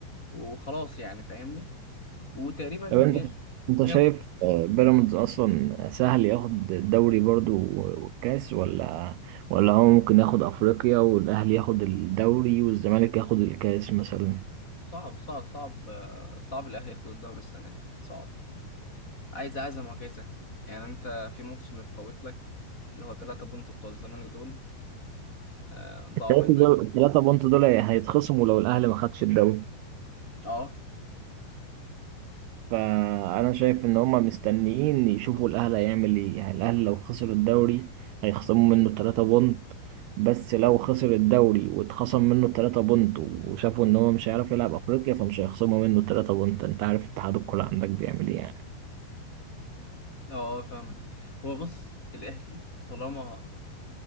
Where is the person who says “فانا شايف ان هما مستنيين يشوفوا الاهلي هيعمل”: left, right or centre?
Right